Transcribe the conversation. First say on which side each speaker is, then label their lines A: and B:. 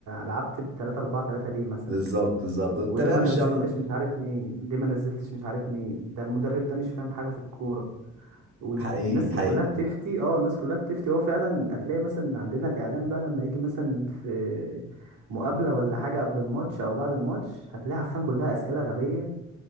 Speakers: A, on the right; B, on the right.
A: لعبت ب 3 4 3 ليه مثلا
B: بالظبط بالظبط انت
A: وليه
B: فاهم
A: ما
B: الشعب
A: نزلتش مش عارف مين ليه ما نزلتش مش عارف مين ده المدرب ده مش فاهم حاجه في الكوره والناس
B: حقيقي حقيقي
A: كلها بتفتي اه الناس كلها بتفتي هو فعلا هتلاقي مثلا عندنا الاعلام بقى لما يجي مثلا في مقابله ولا حاجه قبل الماتش او بعد الماتش هتلاقي عارفين كلها اسئله غبيه